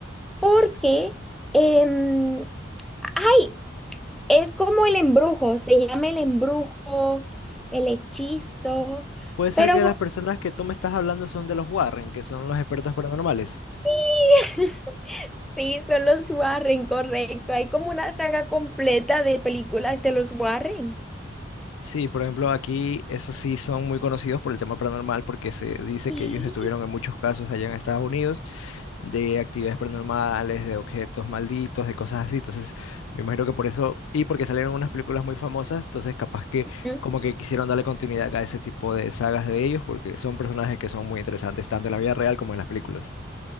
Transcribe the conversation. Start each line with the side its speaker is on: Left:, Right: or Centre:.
Centre: porque em, ay, es como el embrujo, se llama el embrujo, el hechizo,
Left: Puede ser
Centre: pero
Left: que
Centre: bu-
Left: las personas que tú me estás hablando son de los Warren, que son los expertos paranormales.
Centre: <laughs> Sí, son los Warren, correcto. Hay como una saga completa de películas de los Warren.
Left: Sí, por ejemplo, aquí esos sí son muy conocidos por el tema paranormal porque se dice
Centre: Sí.
Left: que ellos estuvieron en muchos casos allá en Estados Unidos de actividades paranormales, de objetos malditos, de cosas así. Entonces, me imagino que por eso, y porque salieron unas películas muy famosas, entonces capaz que
Centre: Ujú.
Left: como que quisieron darle continuidad a ese tipo de sagas de ellos porque son personajes que son muy interesantes tanto en la vida real como en las películas.